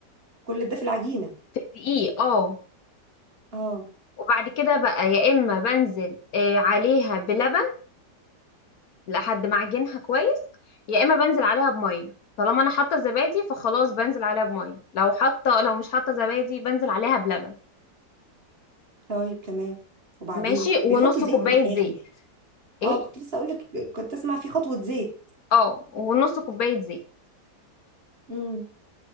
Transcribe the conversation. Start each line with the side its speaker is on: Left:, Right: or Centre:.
Right: كل ده في العجينة
Left: في الدقيق اه
Right: اه
Left: وبعد كده بقى يا إما بنزل آه، عليها بلبن لحد ما أعجنها كويس يا إما بنزل عليها بمية طالما أنا حاطة زبادي فخلاص بنزل عليها بمية لو حاطة لو مش حاطة زبادي بنزل عليها بلبن
Right: طيب تمام وبعدين
Left: ماشي ونص
Right: بيحطوا زيت
Left: كوباية
Right: في الاخر
Left: زيت ايه
Right: اه كنت لسه اقول لك كنت اسمع في خطوة زيت
Left: اه ونص كوباية زيت
Right: امم